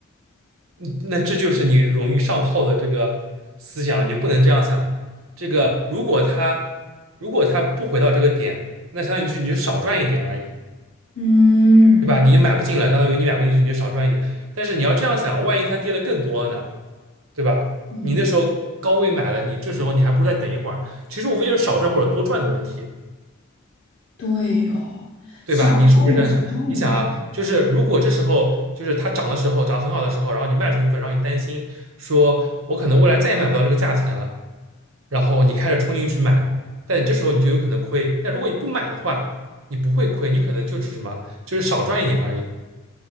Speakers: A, on the right; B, on the left.
A: 嗯那这就是你容易上套的这个思想，你就不能这样想。这个如果它如果它不回到这个点，那相当于就是你就少赚一点而已。
B: 嗯
A: 对吧？你买不进了，相当于你买不进去，你就少赚一点。但是你要这样想，万一它跌了更多呢，对吧？
B: 嗯，
A: 你那时候高位买了，你这时候你还不如再等一会儿。其实无非就是少赚或者多赚的问题，
B: 对哦，
A: 对吧？
B: 少赚也是赚啊。
A: 你是不是这样想？你想啊，就是如果这时候就是它涨的时候，涨得很好的时候，然后你卖出一部分，然后你担心说，我可能未来再也买不到这个价钱了，然后你开始冲进去买，但这时候你就有可能亏。但如果你不买的话，你不会亏，你可能就只是什么，就是少赚一点而已。